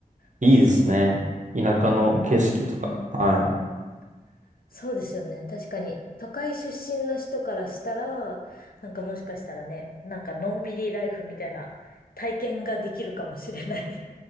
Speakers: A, on the right; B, on the left.
A: いいですね。
B: そ
A: 田舎の景色とか。
B: う。なんか、うんうんうん。
A: はい。
B: そうですよね。確かに、都会出身の人からしたら、なんかもしかしたらね、なんかのんびりライフみたいな体験ができるかもしれない